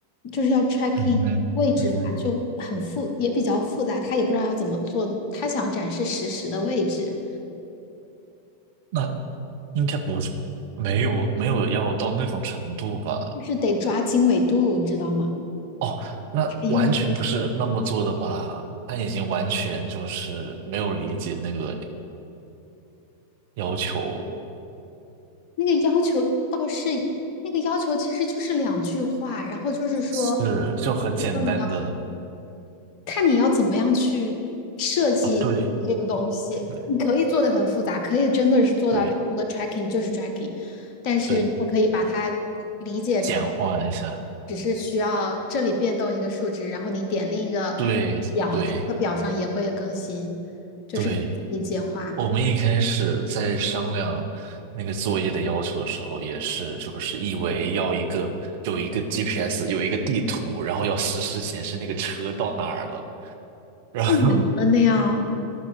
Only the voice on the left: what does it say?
就是要 tracking
位置嘛，
就很复也比较复杂，他也不知道要怎么做。他想展示实时的位置，
就是得抓经纬度，你知道吗？
他用了
那个要求倒是那个要求，其实就是两句话，然后就是说，
就是说你要看你要怎么样去设计这个东西，
你可以做的很复杂，可以真的是做到它除了
tracking 就是 tracking，但是你也可以把它理解成
只是需要这里变动一个数值，然后你点另一个
表，它的表上也会更新，就是可以简化，
太
难了那样。